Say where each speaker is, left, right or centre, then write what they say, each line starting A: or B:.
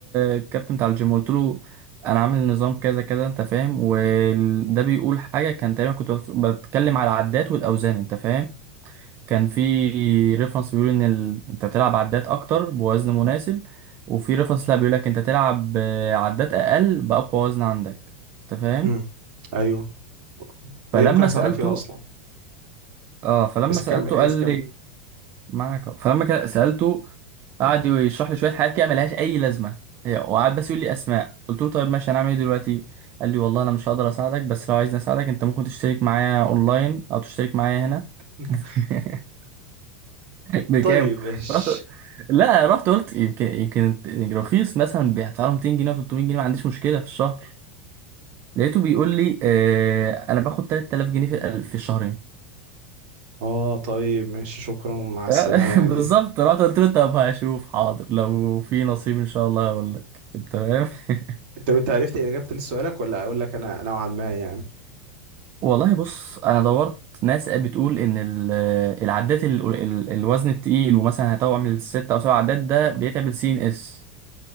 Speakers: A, on the right; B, on the right.
A: الكابتن بتاع الجيم قلت له انا عامل نظام كذا كذا انت فاهم وده بيقول حاجه كان تقريبا كنت بتكلم على العدات والاوزان انت فاهم كان في ريفرنس بيقول ان ال... انت تلعب عدات اكتر بوزن مناسب وفي ريفرنس لا بيقول لك انت تلعب آه، عدات اقل باقوى وزن عندك انت فاهم
B: مم. ايوه ودي
A: فلما
B: ممكن اساعدك
A: سالته
B: فيها اصلا
A: اه فلما
B: بس
A: سالته
B: كمل
A: قال
B: بس كمل
A: لي معاك أهو. فلما كده سالته قعد يشرح لي شويه حاجات كده ملهاش اي لازمه هي وقعد بس يقول لي اسماء قلت له طيب ماشي هنعمل ايه دلوقتي قال لي والله انا مش هقدر اساعدك بس لو عايزني اساعدك انت ممكن تشترك معايا اونلاين او تشترك معايا هنا
B: <laughs>
A: <laughs> <laughs> بكام
B: طيب ماشي
A: رحت لا رحت قلت يمكن يمكن رخيص مثلا هدفع له 200 جنيه أو 300 جنيه ما عنديش مشكله في الشهر لقيته بيقول لي آه انا باخد 3000 جنيه في ال- في الشهرين
B: اه طيب ماشي شكرا مع
A: <laughs>
B: السلامه يعني
A: بالظبط رحت قلت له طب هشوف حاضر لو في نصيب ان شاء الله هقول لك تمام <laughs>
B: طب انت عرفت اجابه لسؤالك ولا اقول لك انا نوعا ما يعني
A: والله بص انا دورت ناس بتقول ان ال- العداد ال- ال- الوزن التقيل ومثلا هتعمل ست او سبع عدات ده بيتعب السي ان اس